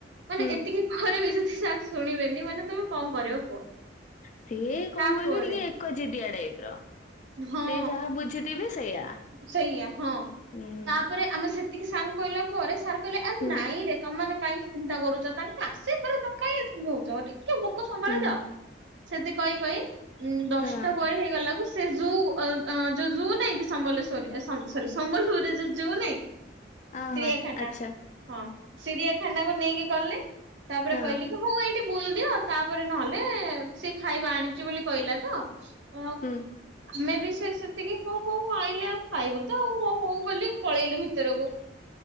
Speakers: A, on the right; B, on the left.
A: ମାନେ
B: ହୁଁ।
A: ଏତିକି ପରେ ବି ଯଦି ସାର୍ ଶୁଣିବେନି। ମାନେ ତମେ କଣ କରିବ କୁହ?
B: ସିଏ କଣ
A: ତାପରେ
B: କହିଲୁ! ଟିକେ ଏକ ଜିଦିଆ ଟାଇପ୍ ର।
A: ହଁ
B: ସେ ଯାହା ବୁଝିଥିବେ, ସେଇୟା ହୁଁ।
A: ସେଇଆ ହଁ ତାପରେ ଆମେ ସେତିକି ସାର୍ଙ୍କୁ କହିଲା ପରେ ସାର୍ କହିଲେ ଆରେ
B: ହୁଁ
A: ନାଇଁରେ ତମମାନେ କାହିଁକି ଚିନ୍ତା କରୁଛ। ତାଙ୍କେ ଆସେ ପରେ ତମେ କାଇଁ ସିମ୍ ହଉଛ ଗୋଟେ। ଟେ ଭୋକ ସମ୍ଭାଳିଦଅ।
B: ହୁଁ
A: ସେତି କହି କହି ଉଁ ଦଶଟା
B: ହଁ
A: ପରେ ହେଇଗଲା କୁ ସେ ଯୋଉ ଅ-ଅଁ ଯଉ ଜୁ ନାଇଁ କି! ସମ୍ବଲେଶ୍ଵରୀ ସ-ସରୀ ସମ୍ବଲପୁରରେ ଯଉ ଜୁ ନାଇଁ।
B: ଅ
A: ଚିଡିଆଖାନା
B: ହଁ ଆଚ୍ଛା।
A: ହଁ, ସିଡିଆଖାନାକୁ ନେଇକି ଗଲେ, ତା'ପରେ
B: ହଁ
A: କହିଲି କି ହଉ ଏଇ ଟିଏ ବୁଲ୍ ଦିଅ। ତା'ପରେ ନହେଲେ ସିଏ ଖାଇବା ଆଣିଛି ବୋଲି କହିଲା ତ ଅ-
B: ହୁଁ
A: ଆମେ ବି ସେ-ସେତିକି ହଉ ହଉ ଆଇଲେ ଆଉ ଖାଇବୁ ତ ଆଉ। ହଉ ହଉ ବୋଲି ପଳେଇଲୁ ଭିତରକୁ।
B: ହ